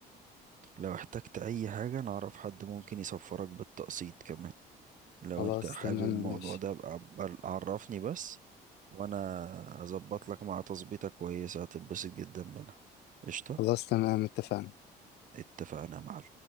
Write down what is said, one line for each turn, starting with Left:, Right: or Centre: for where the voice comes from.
Right: لو احتجت اي حاجة انا اعرف حد ممكن يسفرك بالتقسيط كمان لو
Left: خلاص
Right: انت حابب
Left: تمام
Right: الموضوع
Left: ماشي
Right: ده ابقى عب- عرفني بس وانا هظبط لك مع تظبيطة كويسة هتتبسط جدا منها قشطة
Left: خلاص تمام اتفقنا
Right: اتفقنا يا معلم